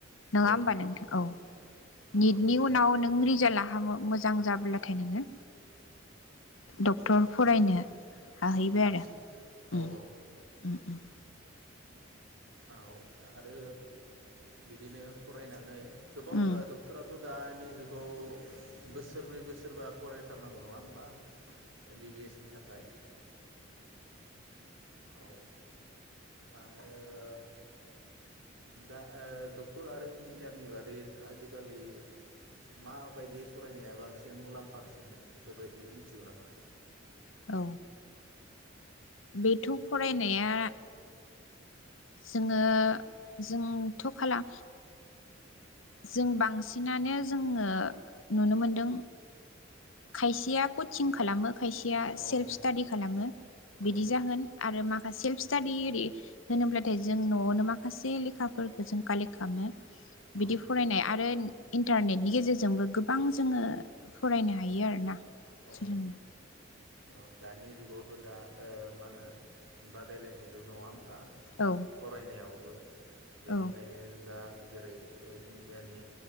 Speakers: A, on the left (about 80°); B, on the right (about 80°).
A: नङा
B: औ
A: होमबा नोंथां? औ निटनि
B: औ नंगौ
A: उनाव नों रिजाल्टा हामो मोजां जाब्लाथाय नोङो डक्टर फरायनो हाहैबाय
B: हारसिं
A: आरो
B: औ
A: उम
B: औ
A: उम उम।
B: औ आरो बिदिनो फरायनानै गोबाव
A: उम
B: ओ डक्टरआ थ' दानि जुगाव बोसोरब्रै बोसोरबा फरायथारनांगौ नङा होमबा एम बि बि एस नि थाखाय। औ आरो दा डक्टर आरो इन्जिनियारनि बादै आजिखालि माबायदि फरायनाया बांसिन मुलाम्फासिन बेफोरबायदिखौ मिथिगौ नामा?
A: औ बेथ' फरायनाया जोङो जोंथ' खाला जों बांसिनानो जोङो नुनो मोनदों खायसेया कचिं खालामो खायसेया
B: ओ
A: सेल्फ
B: औ
A: स्टाादि खालामो
B: औ
A: बिदि जागोन आरो माखासे स्टाडि ओरै होनोब्लाथाय जों न'आवनो माखासे लेखाफोरखौ जों कालेक्ट खालामो।
B: औ
A: बिदि फरायनाय आरो इन्टारनेटनि गेजेरजोंबो गोबां जोङो फरायनो हायो आरो ना।
B: औ
A: सोलोंनो
B: औ दानि जुगावथ' दा ओ मा होनो बादायलायनाय जुग नङा होमबा?
A: औ
B: फरायनायावबो बेनिखायनो
A: औ
B: दा जेरै इण्डियानि